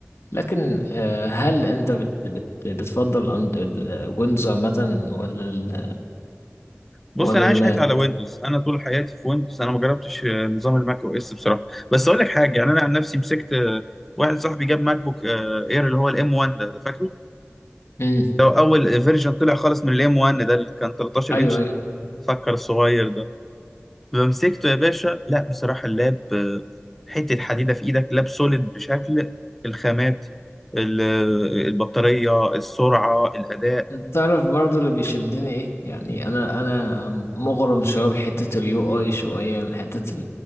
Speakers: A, on the left; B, in the centre.
A: لكن آه، هل انت بت بت بتفضل الويندوز عامه ولا ال
B: بص
A: ولا
B: انا عايش
A: الماك
B: حياتي على ويندوز انا طول حياتي في ويندوز انا ما جربتش آه، نظام الماك او اس بصراحه بس اقول لك حاجه يعني انا عن نفسي مسكت آه، واحد صاحبي جاب ماك بوك آه، اير اللي هو الام 1 ده ده فاكره
A: امم
B: لو اول فيرجن طلع خالص من الام 1 ده اللي كان 13
A: ايوه
B: انش
A: ايوه
B: مسكر الصغير ده فمسكته يا باشا لا بصراحه اللاب آه، حته حديده في ايدك لاب سوليد بشكل الخامات ال- آه، البطاريه السرعه الاداء
A: تعرف برضو اللي بيشدني ايه يعني انا انا مغرم شويه بحته اليو اي شويه يعني حته